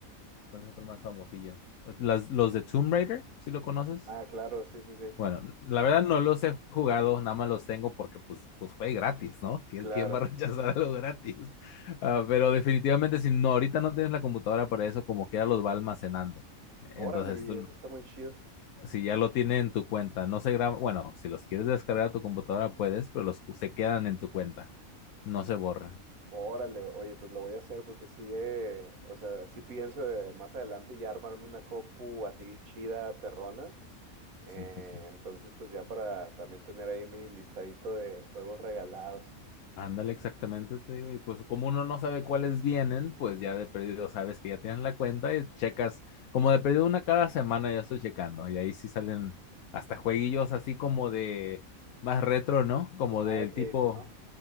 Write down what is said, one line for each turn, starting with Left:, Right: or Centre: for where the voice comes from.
Left: ¿Cuál es otro más famosillo? Las, los de Tomb Raider, si lo conoces.
Right: Ah, claro, sí, sí, sí. Sí.
Left: Bueno, la verdad no los he jugado, nada más los tengo porque pues, pues fue gratis, ¿no? ¿Quién,
Right: Claro.
Left: ¿Quién va a <laughs> rechazar algo gratis? Ah, pero definitivamente si no, ahorita no tienes la computadora para eso, como que ya los va almacenando. Entonces,
Right: Órale, oye,
Left: tú,
Right: eso
Left: no-
Right: está muy chido.
Left: si ya lo tiene en tu cuenta, no se graba, bueno, si los quieres descargar a tu computadora puedes, pero los se quedan en tu cuenta, no se borran.
Right: Órale, oye, pues lo voy a hacer porque sí, eh, o sea, sí pienso de más adelante ya armarme una compu así chida, perrona, Eh,
Left: Sí, sí, sí.
Right: entonces, pues ya para también tener ahí mi listadito de juegos regalados,
Left: Ándale, exactamente, te digo. Y pues como uno no sabe cuáles vienen, pues ya de perdido sabes que ya tienen la cuenta y checas, como de perdido una cada semana ya estoy checando. Y ahí sí salen hasta jueguillos así como de más retro, ¿no? Como
Right: como
Left: del
Right: arcade,
Left: tipo,
Right: ¿no?